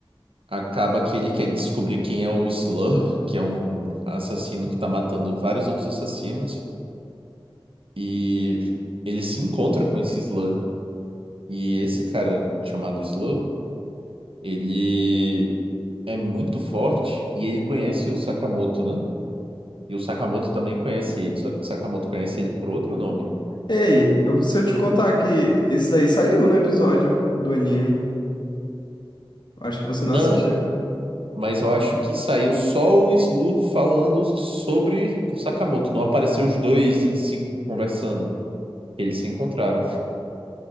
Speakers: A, on the right; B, on the left.
A: acaba que ele quer descobrir quem é o Slur, que é um assassino que tá matando vários outros assassinos. E ele se encontra com esse Slur. E esse cara chamado Slow, ele é muito forte e ele conhece o Sakamoto, né? E o Sakamoto também conhece ele, só que o Sakamoto conhece ele por outro nome.
B: Ei, eu, se eu te contar que isso daí saiu no episódio do anime, acho que você
A: Não,
B: não assistiu.
A: mas eu acho que saiu só o Slow falando sobre o Sakamoto, não apareceu os dois em si conversando. Eles se encontraram.